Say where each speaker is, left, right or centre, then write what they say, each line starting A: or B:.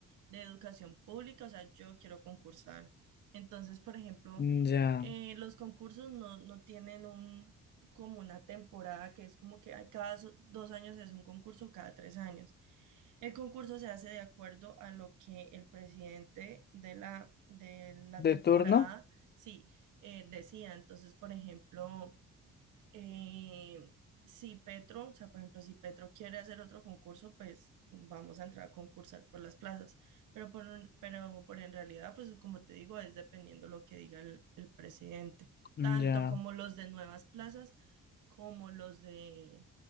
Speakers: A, on the right; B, on the left.
A: de educación pública, o sea, yo quiero concursar. Entonces, por ejemplo,
B: Mm, Ya.
A: eh, los concursos no, no tienen un, como una temporada que es como que hay cada so- dos años se hace un concurso, cada tres años. El concurso se hace de acuerdo a lo que el presidente de la, de la
B: ¿De
A: temporada,
B: turno?
A: sí, eh, decía. Entonces, por ejemplo... Eh, si Petro, o sea, por ejemplo, si Petro quiere hacer otro concurso, pues vamos a entrar a concursar por las plazas. Pero por, un- pero por en realidad, pues como te digo, es dependiendo lo que diga el, el presidente,
B: Mm,
A: tanto
B: Ya.
A: como los de nuevas plazas, como los de